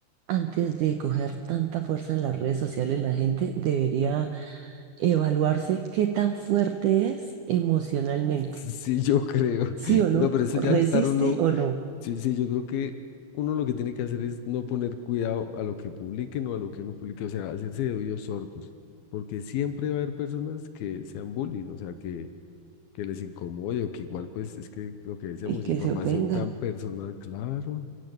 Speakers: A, on the right; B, on the left.
A: antes de coger tanta fuerza en las redes sociales, la gente debería evaluarse qué tan fuerte es emocionalmente.
B: <laughs> Sí, yo creo.
A: ¿Sí
B: <laughs>
A: o no?
B: No, pero eso
A: ¿Resiste
B: ya es estar uno.
A: o no?
B: Sí, sí, yo creo que uno lo que tiene que hacer es no poner cuidado a lo que publiquen o a lo que uno publique, o sea, hacerse de oídos sordos, porque siempre va a haber personas que sean bullies, o sea, que, que les incomode o que igual, pues, es que lo que decíamos,
A: Y que
B: información
A: se ofendan.
B: tan personal, claro.